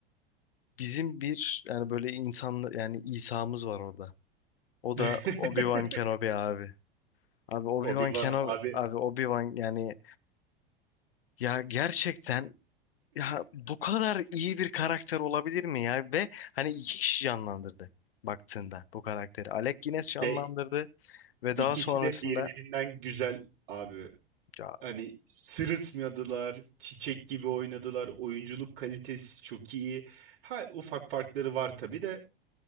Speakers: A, on the left; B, on the right.
A: bizim bir yani böyle insan yani İsa'mız var orada. O
B: <laughs>
A: da Obi-Wan Kenobi abi. Abi Obi-Wan
B: Obi-Wan
A: Kenobi
B: abi
A: abi Obi-Wan yani ya gerçekten Ya bu kadar iyi bir karakter olabilir mi ya? Ve hani iki kişi canlandırdı baktığında bu karakteri. Alec Guinness canlandırdı
B: ve
A: ve
B: ikisi
A: daha sonrasında
B: de birbirinden güzel abi.
A: ya,
B: Hani sırıtmadılar, çiçek gibi oynadılar, oyunculuk kalitesi çok iyi. Ha, ufak farkları var tabii de